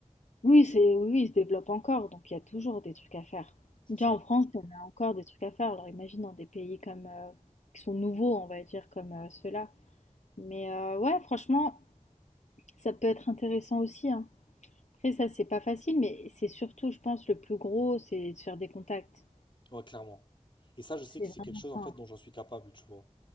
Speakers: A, on the left (about 70°); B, on the left (about 40°).
A: Oui, c'est, oui, oui, ils se développent encore, donc il y a toujours des trucs à faire.
B: C'est
A: Déjà
B: ça.
A: en France, on a encore des trucs à faire. Alors imagine dans des pays comme euh, qui sont nouveaux, on va dire, comme euh, ceux-là. Mais euh, ouais, franchement, ça peut être intéressant aussi, hein. Après ça, c'est pas facile, mais c'est surtout, je pense, le plus gros, c'est de faire des contacts.
B: Ouais, clairement. Et ça, je
A: C'est
B: sais que c'est
A: vraiment
B: quelque chose, en
A: ça.
B: fait,
A: hein.
B: dont j'en suis capable, tu vois.